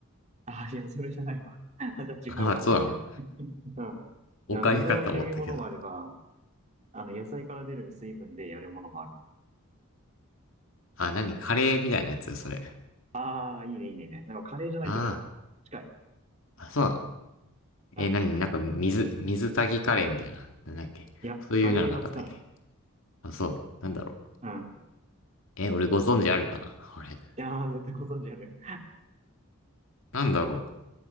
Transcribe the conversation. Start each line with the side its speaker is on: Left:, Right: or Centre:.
Right: あ、いや、それじゃないわ。<laughs> あ、じゃあ違うわ。
Left: <laughs> まあ、そうなの
Right: うん。
Left: おかゆかと思ったけど。
Right: じゃあ水を入れるものもあれば、あの、野菜から出る水分でやるものもある。
Left: あ、何カレーみたいなやつそれ。
Right: ああ、いいね、いいね、いいね。なんかカレーじゃないけど、
Left: あ
Right: 近い。
Left: あ、あ、そうなの
Right: うん。
Left: え何なんか、水、水炊きカレーみたいな。なんだっけそういうのなかったっけ
Right: いや、カレーはつかない。
Left: あ、そう。なんだろう。
Right: うん。
Left: え俺ご存知あるかなこれ。
Right: いやー、絶対ご存知ある。
Left: なんだろう。